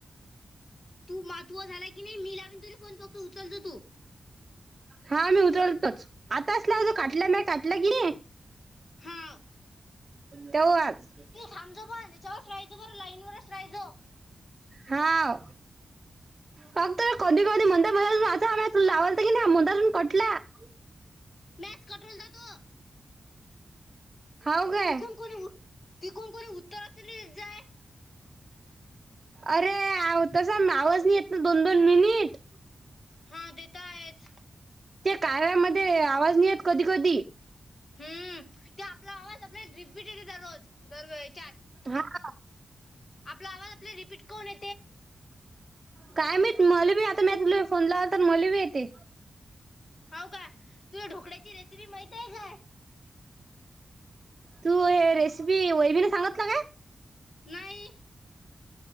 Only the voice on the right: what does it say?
हा मी उचलतोच आतास लाव अजं काटल्या मी काटल्या की.
तेंव्हाच.
हाव फक्त कधी कधी मंद <unintelligible> <unintelligible>
हाव काय
अरे आव तसा आवाज नाही येत ना दोन दोन मिनिट.
ते कारामध्ये आवाज नाही येत कधी कधी.
हां.
काय माहित मले बी आता मी तुला फोन लावला तर मले बी येते.
तू हे रेसिपी वैभिला सांगीतलं काय?